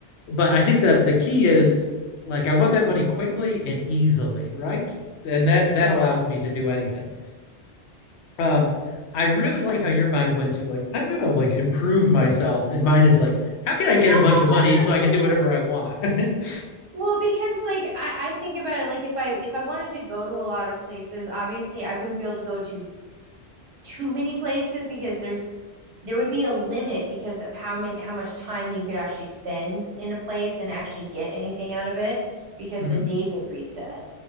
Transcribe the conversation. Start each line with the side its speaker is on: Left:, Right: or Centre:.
Left: But I think the the key is like I want that money quickly and easily, right? And that that
Right: Yeah.
Left: allows me to do anything. Um, I really like how your mind went to like I'm gonna like improve myself, and mine is like how can
Right: <laughs>
Left: I get a bunch of money so I can do whatever I want? <laughs>
Right: Well, because like I, I think about it, like if I if I wanted to go to a lot of places, obviously I wouldn't be able to go to too many places because there's there would be a limit because of how many how much time you could actually spend in a place and actually get anything out of it because
Left: hmm
Right: the day would reset.